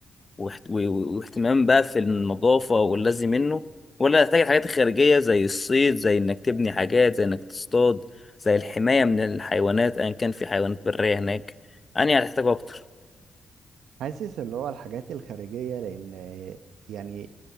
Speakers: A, on the left (about 40°); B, on the right (about 80°).
A: واحت- و- و- واهتمام بقى في النظافة واللازم منه ولا هتحتاج الحاجات الخارجية زي الصيد زي إنك تبني حاجات زي إنك تصطاد زي الحماية من الحيوانات أيا كان في حيوانات برية هناك أنهي هتحتاجه أكتر؟
B: حاسس اللي هو الحاجات الخارجية لان آه، يعني